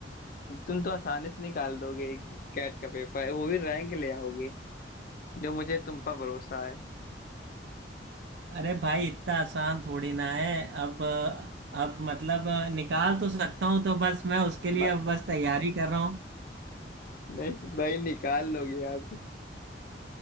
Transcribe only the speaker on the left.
तो तुम तो आसानी से निकाल दोगे कैट का पेपर वो भी रैंक ले आओगे जो मुझे तुम पर भरोसा है
बा-
नहीं भाई निकाल लोगे यार तुम।